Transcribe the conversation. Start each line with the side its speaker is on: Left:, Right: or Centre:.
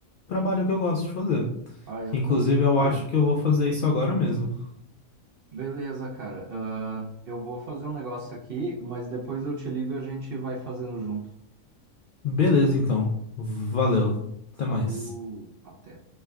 Left: trabalho que eu gosto de fazer.
Right: ah, eu
Left: Que, inclusive,
Right: também.
Left: eu acho
Right: É.
Left: que eu vou fazer isso agora mesmo.
Right: Beleza, cara. Ah, eu vou fazer um negócio aqui, mas depois eu te ligo e a gente vai fazendo junto.
Left: Beleza, então. Valeu. Até
Right: Falou,
Left: mais.
Right: até.